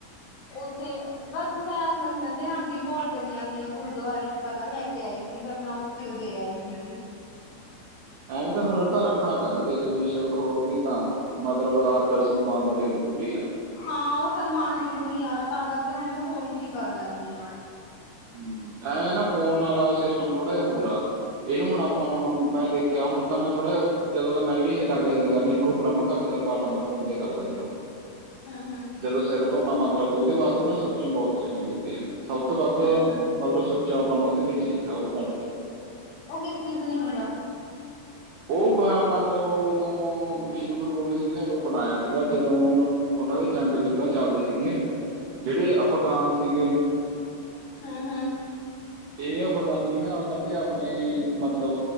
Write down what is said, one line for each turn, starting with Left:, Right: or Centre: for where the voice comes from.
Left: ਉੱਥੇ ਬਸ ਮੈਂ ਅਗਰ ਲਿਆਣ ਦੀ ਘੋਲ ਕਰੀ ਜਾਂਦੀ ਹਾਂ ਗੁਰਦੁਆਰੇ ਚ' ਪੈਲਾਂ ਲੈ ਕੇ ਕੇ ਆਈ ਸੀ ਫਿਰ ਮੈਂ ਉੱਥੇ ਉਹ ਦੇ ਆਈ ਸੀਗੀ
Right: ਐਵੇਂ ਤਾਂ ਫਿਰ ਉਹ ਤਾਂ ਰੱਖਣਾ ਪੈਂਦਾ ਦੇਖ ਵੀਸ਼ ਹੋਦੀ ਤਾਂ ਮਤਲਬ ਆਦਰ ਸਨਮਾਨ ਤਾਂ ਦੇਖ ਜਰੂਰੀ ਆ
Left: ਹਾਂ ਉਹ ਸਨਮਾਨ ਜ਼ਰੂਰੀ ਆ ਨਾ ਤਾਂ ਕਰਕੇ ਹੁਣੈਂ ਫੋਨ ਚ' ਹੀ ਕਰ ਲੈਂਦੀ ਹਾਂ
Right: ਹਮ ਐਵੇਂ ਨਾ ਫੋਨ ਨਾਲ ਸਿਸਟਮ ਥੋੜਾ ਜਿਹਾ ਹੋਰ ਆ ਇਹਨੂੰ ਹੁਣ ਆਪਾਂ ਹੁਣ ਮੈਂ ਦੇਖ ਆਖਿਆ ਹੁਣ ਤਾਂ ਮੈਂ ਥੋੜਾ ਜਦੋਂ ਦਾ ਮੈਂ ਵੀ ਇਹ ਲੱਗ ਗਿਆ ਹੀ ਸੀਗਾ ਕਰਨੀ ਦੇਖੋ ਬ੍ਰਹਮ ਕਬਜ ਦਾ ਪਾਠ ਆ ਮੈਂ ਫੋਨ ਤੇ ਕਰਦਾ ਸੀ ਉਹ
Left: ਹਮ-ਹਮ
Right: ਜਦੋਂ ਸਿਰ ਧੋਨਾ ਮਤਲਬ ਉਹਦੇ ਵਾਸਤੇ ਨਾ ਸੁਚਮ ਬੋਤ ਚਾਹੀਦੀ ਹੁੰਦੀ ਆ ਸਭ ਤੋਂ ਵੱਧ
Left: ਹਮ ਹਮ
Right: ਮਤਲਬ ਸੁੱਚਾ ਪਨ ਉਹਦੇ ਲਈ ਚਾਹੀਦਾ ਉਹ ਪਾਠ ਲਈ
Left: ਉਹ ਕਿਸ ਚੀਜ਼ ਨਹੀਂ ਹੁੰਦਾ
Right: ਉਹ ਮਤਲਬ ਉਦੋਂ ਸ਼੍ਰੀ ਗੁਰੂ ਗੋਬਿੰਦ ਸਿੰਘ ਜੀ ਨੇ ਉਦੋਂ ਬਣਾਇਆ ਸੀਗਾ ਜਦੋਂ ਉਹਨਾਂ ਦੇ ਜੰਗ ਯੁਦਾਂ ਚੱਲਦੇ ਸੀਗੇਆਂ ਜਿਹੜੇ ਅਫਗਾਨ ਸੀਗੇ
Left: ਹਮ-ਹਮ
Right: ਇਹ ਅਫਗਾਨੀ ਨਾ ਉਹਨਾਂ ਤੇ ਆਪਣੇ ਮਤਲਬ